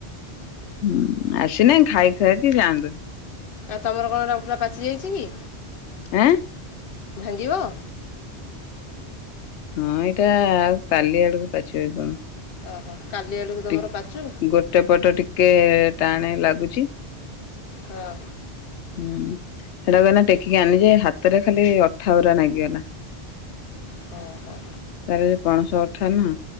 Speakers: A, on the left; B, on the left.
A: ହୁଁ ଆସିନେ ଖାଇ ଖୁଆକି ଯାଆନ୍ତୁ।
B: ଆଉ ତମର କଣ ହେରାକ ପୁରା ପାଚି ଯାଇଚି କି?
A: ଆଁ
B: ଭାଙ୍ଗିବ।
A: ହଁ ଏଇଟା ଆଉ କାଲି ଆଡକୁ ପାଚିବ କି କଣ।
B: ଓହୋ କାଲି ଆଡ଼କୁ ତମର
A: ଟି
B: ପାଚୁ
A: ଗୋଟେ ପଟ ଟିକେ ଟାଣେ ଲାଗୁଚି।
B: ହଁ।
A: ହୁଁ ହେଟାକୁ ଏଇନା ଟେକିକି ଆଣିନି ଯେ ହାତରେ ଖାଲି ଅଠା ଉରା ନାଗିଗଲା।
B: ଓହୋ
A: <unintelligible> ପାଣସ ଅଠା ନା।